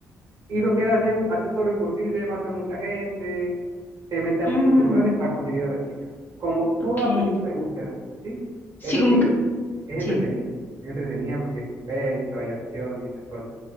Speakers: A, on the right; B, on the left.
A: y lo que él hace, hace todo lo imposible, mata a mucha gente, se mete a
B: Mm,
A: muchos lugares para conseguir a la chica. Como
B: ok.
A: toda película de búsqueda, ¿sí?
B: Sí,
A: Eso
B: como
A: sí,
B: que.
A: es entretenida.
B: Sí.
A: Es entretenida porque hay suspenso, hay acción y esas cosas.